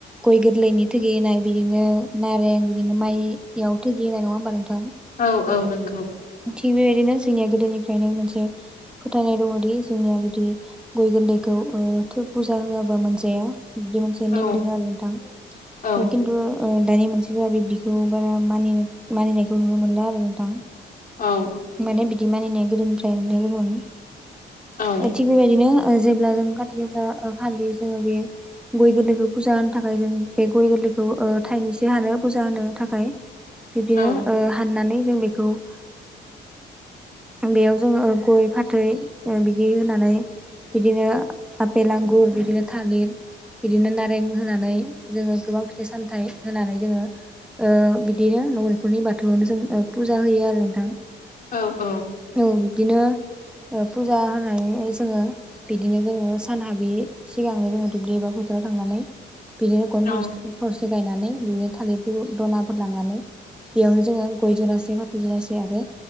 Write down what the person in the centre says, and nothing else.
गय गोरलैनि थोगि होनाय बिदिनो नारें बिदिनो माइयाव थोगि होनाय नङा होमबा नोंथां
थिग बेबायदिनो जोंनिया गोदोनिफ्रायनो मोनसे फोथायनाय दङदि जोंनिया बिदि गय गोरलैखौ खौ ओ थ' पुजा होआबा मोनजाया बिदि मोनसे
नेम दोङो आरो नोंथां
खिन्थु ओ दानि मानसिफोरा बिब्दिखौ बारा मानि मानिनायखौ नुनो मोनला आरो नोंथां
माने बिदि मानिनाया गोदोनिफ्राय बे गोबावनि
थिग बेबायदिनो ओ जेब्ला जों काति गासा खालि जोङो बे गय गोरलैखौ फुजा होनो थाखाय जों बे गय गो लै खौ ओ थाइनैसो हानो फुजु होनो थाखाय बिब्दिनो
ओ हाननानै जों बेखौ ओ बेयाव जोङो गय फाथै ओ बिदि होनानै बिदिनो आपेल आंगुर बिदिनो थालिर बिदिनो नारें होनानै जोङो गोबां फिथाइ सामथाइ होनानै जोङो ओ बिदिनो न' बेंखननि बाथौआवनो जों ओ फुजा होयो आरो नोंथां।
औ बिब्दिनो ओ फुजा होनानै जोङो बिदिनो जोङो सानहाबि सिगांनो जोङो दुब्लि एबा फो थाराव थांनानै बिदिनो गन
थर थर गायनानै बिदिनो थालिर द दनाफोर लांनानै बेयावनो जोङो गय जरासे फाथै जरासे आरो